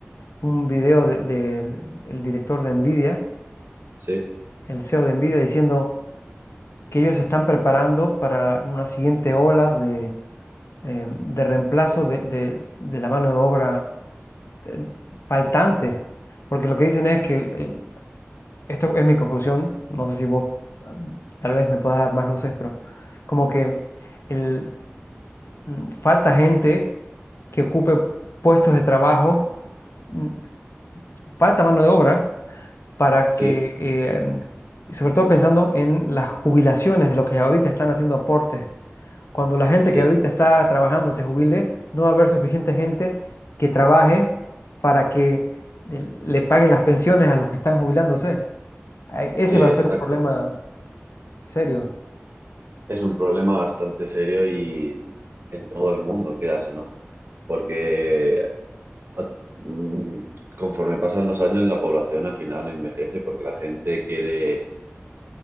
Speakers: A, on the left; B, on the right.
A: un video del de, del- el director de Nvidia,
B: Sí,
A: el CEO de Nvidia, diciendo que ellos se están preparando para una siguiente ola de, eh, de reemplazo de, de- de la mano de obra eh,
B: sí,
A: faltante, porque lo que dicen es que esto es mi conclusión, no sé si vos mm, tal vez me puedas dar más luces, pero como que el, mm, falta gente que ocupe puestos de trabajo, mm, falta mano de obra para
B: sí,
A: que, eh, sobre todo pensando en las jubilaciones de los que ahorita están haciendo aportes, cuando la gente
B: sí,
A: que ahorita está trabajando se jubile, no va a haber suficiente gente que trabaje para que eh, le paguen las pensiones a los que están jubilándose. Ay, Ese
B: sí,
A: va a
B: exacto.
A: ser un problema serio.
B: Es un problema bastante serio y en todo el mundo, quieras o no, porque a- mm, conforme pasan los años la población al final envejece porque la gente quiere